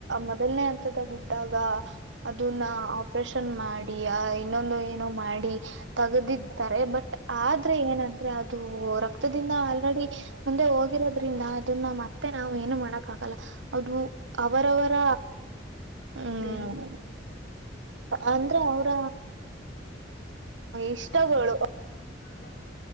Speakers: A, on the right; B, on the left.
A: ಮೊದಲನೇ ಅಂತದ್ದಾಗ ಾಗ ಅದನ್ನ ಆಪರೇಷನ್ ಮಾಡಿ ಆ ಇನ್ನೊಂದು ಏನೋ ಮಾಡಿ ತಗದಿದ್ದಾರೆ ಬಟ್ ಆದ್ರೆ ಏನಂದ್ರೆ ಅದು ರಕ್ತದಿಂದ ಆಲ್ರೆಡಿ ಮುಂದೆ ಹೋಗಿರೋದ್ರಿಂದ ಅದನ್ನ ಮತ್ತೆ ನಾವು ಏನು ಮಾಡಕ್ ಆಗಲ್ಲ ಅದು ಅವರವರ ಹ್ಮ್
B: ದೇಹ
A: ಅಂದ್ರೆ ಅವ್ರ ಇಷ್ಟಗಳು
B: ಹ್ಮ <unintelligible>